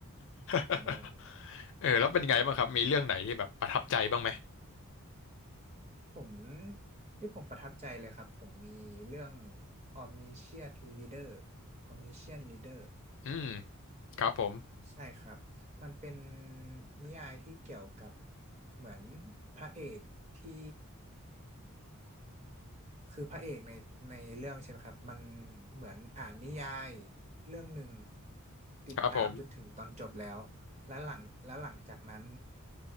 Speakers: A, on the left; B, on the right.
A: <laughs>
B: อะไรแบบนี้
A: เออแล้วเป็นไงบ้างครับมีเรื่องไหนที่แบบประทับใจบ้างไหม
B: ผมที่ผมประทับใจเลยครับผมมีเรื่อง Omniscient Reader Omniscient Reader
A: อืมครับผม
B: ใช่ครับมันเป็นนิยายที่เกี่ยวกับเหมือนพระเอกที่คือพระเอกในในเรื่องใช่ไหมครับมันเหมือนอ่านนิยายเรื่องหนึ่งติดตามจนถึงตอนจบแล้ว
A: ครับผม
B: แล้วหลังแล้วหลังจากนั้น